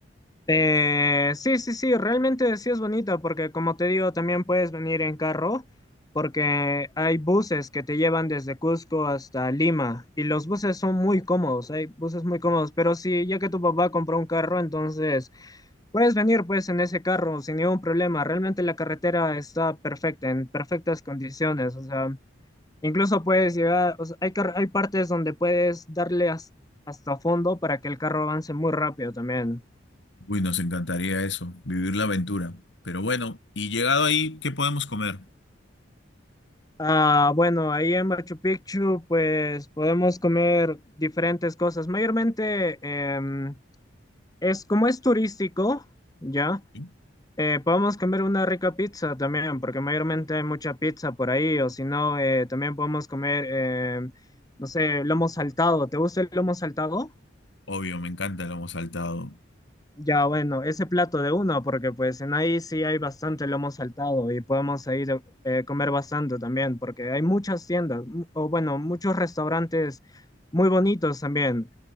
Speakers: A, on the left; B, on the left.
A: Eh, sí, sí, sí, realmente sí es bonita porque como te digo, también puedes venir en carro porque hay buses que te llevan desde Cusco hasta Lima y los buses son muy cómodos, hay buses muy cómodos, pero sí, ya que tu papá compró un carro, entonces puedes venir pues en ese carro sin ningún problema, realmente la carretera está perfecta, en perfectas condiciones, o sea, incluso puedes llegar, o sea, hay, car- hay partes donde puedes darle hasta hasta fondo para que el carro avance muy rápido también.
B: Uy, nos encantaría eso, vivir la aventura. Pero bueno, y llegado ahí, ¿qué podemos comer?
A: Ah, bueno, ahí en Machu Picchu, pues podemos comer diferentes cosas. Mayormente em, es como es turístico, ya,
B: Sí.
A: eh, podemos comer una rica pizza también, porque mayormente hay mucha pizza por ahí, o si no, eh, también podemos comer, em, no sé, lomo saltado. ¿Te gusta el lomo saltado?
B: Obvio, me encanta el lomo saltado.
A: Ya, bueno, ese plato de uno, porque pues en ahí sí hay bastante lomo saltado y podemos ir eh, comer bastante también, porque hay muchas tiendas, mu- o bueno, muchos restaurantes muy bonitos también